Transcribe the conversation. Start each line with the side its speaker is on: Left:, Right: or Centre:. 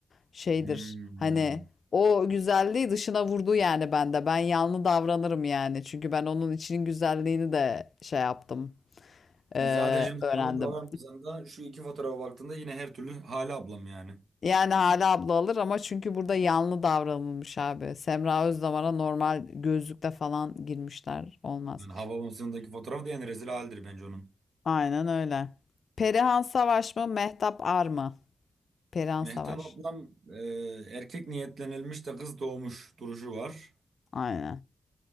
Left: Şeydir.
Right: Hmm.
Left: Hani o güzelliği dışına vurdu yani bende. Ben yanlı davranırım yani. Çünkü ben onun içinin güzelliğini de şey yaptım. eee,
Right: E zaten şimdi
Left: öğrendim.
Right: yalnız davranmasan da şu iki fotoğrafa baktığında yine her türlü Hale ablam yani.
Left: Yani hala abla alır ama çünkü burada yanlı davranılmış abi. Semra Özdamar'a normal gözlükle falan girmişler. Olmaz.
Right: Yani Havabası'ndaki fotoğraf da en rezil haldir bence onun.
Left: Aynen öyle. Perihan Savaş mı? Mehtap Ar mı? Perihan
Right: Mehtap
Left: Savaş.
Right: ablam e, erkek niyetlenilmiş de kız doğmuş duruşu var.
Left: Aynen.